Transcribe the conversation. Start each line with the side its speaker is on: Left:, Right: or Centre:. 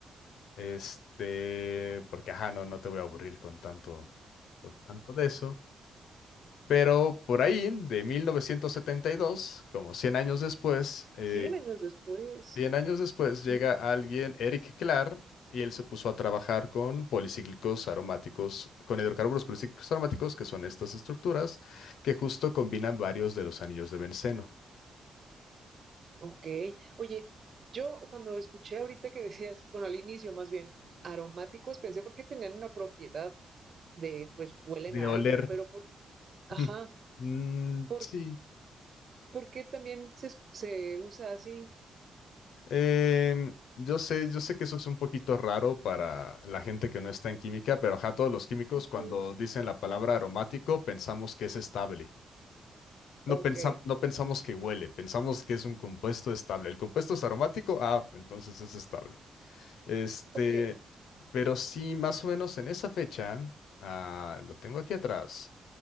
Left: este, porque ajá, no, no te voy a aburrir con tanto, con tanto de eso. Pero por ahí, de 1972, como 100 años después, eh,
Right: 100 años después.
Left: 100 años después
Right: Ajá.
Left: llega alguien, Eric Clar, y él se puso a trabajar con policíclicos aromáticos, con hidrocarburos policíclicos aromáticos, que son estas estructuras que justo combinan varios de los anillos de benceno.
Right: Ok. Oye, yo cuando escuché ahorita que decías, bueno, al inicio más bien, aromáticos, pensé porque tenían una propiedad de, pues, huelen
Left: de
Right: a
Left: oler.
Right: algo, pero por, ajá,
Left: <laughs> Mm,
Right: por,
Left: sí.
Right: ¿por qué también se, se usa así?
Left: Em, yo sé, yo sé que eso es un poquito raro para la gente que no está en química, pero ajá, todos los químicos
Right: Ujú.
Left: cuando dicen la palabra aromático pensamos que es estable. No
Right: Ok,
Left: pensa- no pensamos que huele, pensamos que es un compuesto estable. El compuesto es aromático, ah, entonces es estable. Este,
Right: ok.
Left: pero sí, más o menos en esa fecha, ah, lo tengo aquí atrás.